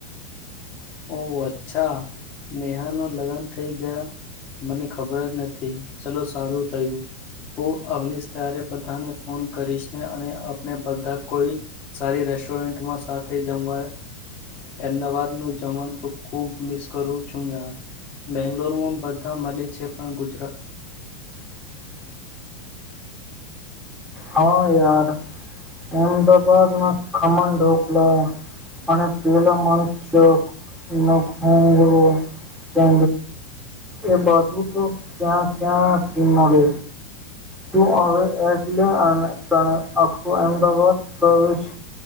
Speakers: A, on the left (about 25°); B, in the centre.
A: ઓ અચ્છા નેહાનો લગ્ન થઇ ગયા મને ખબર જ નથી ચલો સારું થયું તો અનીશ ત્યારે બધાને ફોન કરીશને અને આપને બધા કોઈ સારી રેસ્ટોરન્ટમાં સાથે જમવા અમદાવાદ ખૂબ મિસ કરું છું ય બેંગ્લોરમાં બધા મલી છે પણ ગુજરાત
B: હા યાર અમદાબાદ ના ખમણ ઢોકલા અને પેલા માણ ચકે એ બાજુ તો ત્યાં ક્યાંથી મળે તું હવે એટલે અને તને આખું અમદાવાદ પ્રવેશ